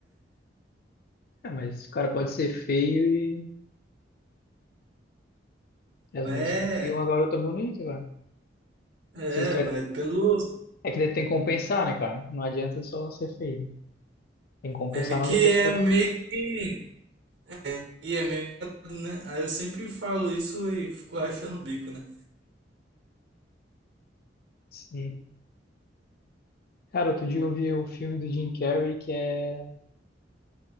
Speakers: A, on the left; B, on the right.
A: É, mas o cara pode ser feio e às
B: Mas
A: vezes
B: é,
A: conseguir uma garota bonita, cara.
B: é,
A: Se isso é,
B: mas pelo.
A: é que daí tem que compensar, né, cara? Não adianta só ser feio. Tem que compensar
B: É que
A: nas outras
B: é
A: coisas.
B: meio que. É, que é meio, né? Aí eu sempre falo isso e fico rachando o bico, né?
A: Sim. Cara, outro dia eu vi o filme do Jim Carrey que é.